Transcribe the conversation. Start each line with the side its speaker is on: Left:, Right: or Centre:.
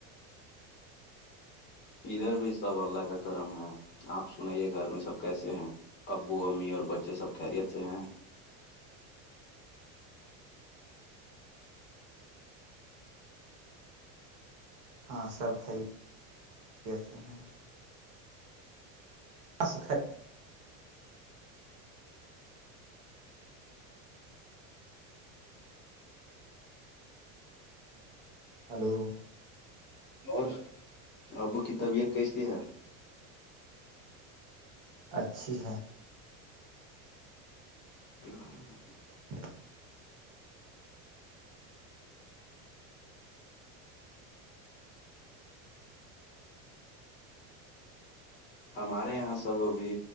Left: ادھر بھی سب اللہ کا کرم ہے آپ سنے گھر میں سب کیسے ہیں ابو امی اور بچے سب خیریت سے ہیں
Right: ہاں سب خرید سے ہیں <inaudible> ہلو
Left: اور ابو کی طبیعت کیسی ہے
Right: اچھی ہے
Left: <inaudible>
Right: <inaudible>
Left: ہمارے یہاں سب ابھی